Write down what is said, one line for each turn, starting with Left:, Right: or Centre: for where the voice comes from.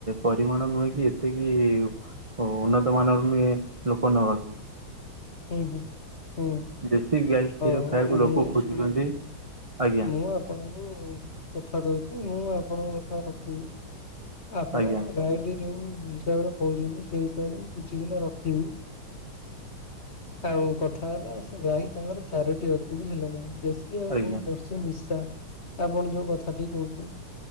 Right: ପରିମାଣ ନୁହେଁ କି ଏତିକି ଓ ଉନ୍ନତ ମାନର ନୁହେଁ ଲୋକ ନବାକୁ।
Left: ହୁଁ ହୁଁ ହୁଁ।
Right: ଦେଶୀ ଗାଈ କ୍ଷୀର
Left: ହଉ
Right: ଖାଇବାକୁ
Left: ହଉ ମୁଁ
Right: ଲୋକ ଖୋଜୁଛନ୍ତି
Left: ଶୁଣନ୍ତୁ
Right: ଆଜ୍ଞା
Left: ମୁଁ ଆପଣଙ୍କୁ କଥା ଦେଉଛି, ମୁଁ ଆପଣଙ୍କ କଥା ରଖିବି। ଆପଣ
Right: ଆଜ୍ଞା
Left: ଗାଈଟି ଯୋଉ ହିସାବରେ କହୁଛନ୍ତି ସେଇ ହିସାବରେ ବୁଝିକିନା ରଖିବି। ଆଉ କଥା ହେଲା ସେ ଗାଈ ତାଙ୍କର ଚାରୋଟି ଅଛି ବୁଝିଲ ନା ଦେଶ୍ ଶୀ ଆଉ
Right: ଆଜ୍ଞା
Left: ଏବଂ ଜର୍ସି ମିଶା ଆପଣ ଯୋଉ କଥାଟି କହୁଛନ୍